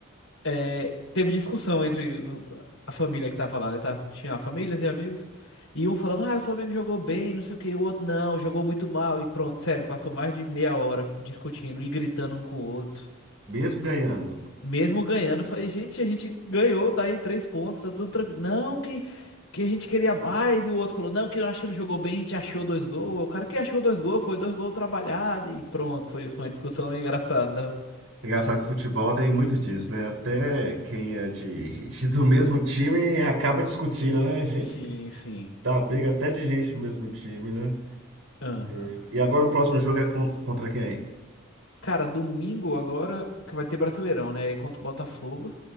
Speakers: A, on the left; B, on the right.
A: é, teve discussão entre o- a família que tava lá, né? Tá, tinha famílias e amigos. E um falando, ah, o Flamengo jogou bem, não sei o que, o outro não, jogou muito mal. E pronto, sério, passou mais de meia hora discutindo e gritando um com o outro.
B: Mesmo ganhando.
A: Mesmo ganhando, eu falei, gente, a gente ganhou, tá aí três pontos, tá tudo tranquilo. Não, que, que a gente queria mais. E o outro falou, não, que eu acho que não jogou bem, a gente achou dois gols. O cara que achou dois gols, foi dois gols trabalhados e pronto, foi, foi uma discussão <laughs> engraçada.
B: É Engraçado que o futebol tem muito disso, né? Até quem é de <laughs> do mesmo time acaba discutindo, né? <laughs>
A: Sim, sim.
B: Dá briga até de gente do mesmo time, né?
A: Aham.
B: E, e agora o próximo jogo é con- contra quem?
A: Cara, domingo agora que vai ter Brasileirão, né? Aí Contra o Botafogo,